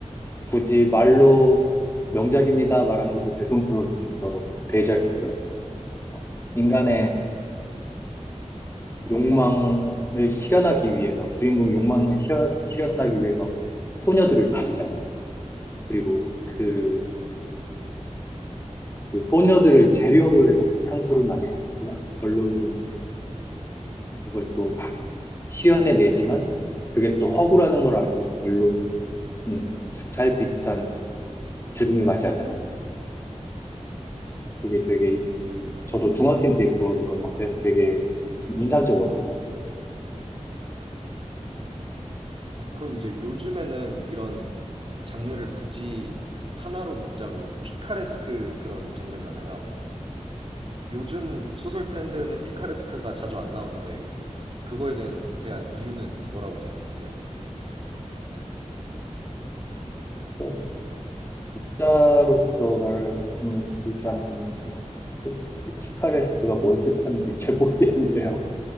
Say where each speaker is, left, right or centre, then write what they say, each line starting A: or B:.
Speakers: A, on the left (about 20°); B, on the right (about 45°).
A: 굳이 말로 명작입니다 말하는 것도 죄송스러울 정도로 대작이죠. 어, 인간의 욕망을 실현하기 위해서, 주인공 욕망을 시 실현하기 위해서 소녀들을 죽이잖아. 그리고 그걸, 그 소녀들을 재료로 해서 향수를 만들고, 결론은 그걸 또 실현해 내지만, 그게 또 허구라는 걸 알고 결론, 음, 자살 비슷한 죽음을 맞이하잖아요. 그게 되게, 저도 중학생 때 그걸 읽었는데 되게 인상적이었던 것 같아요.
B: 그럼 이제 요즘에는 이런 장르를 굳이 하나로 묶자면 피카레스크 그런 장르잖아요. 요즘 소설 트렌드는 피카레스크가 자주 안 나오는데 그거에 대한, 대한 이유는 뭐라고 생각하세요?
A: 어, 작자로서 말씀을 드리자면, 솔직히 피카레스크가 뭘 뜻하는지 잘 모르겠는데요.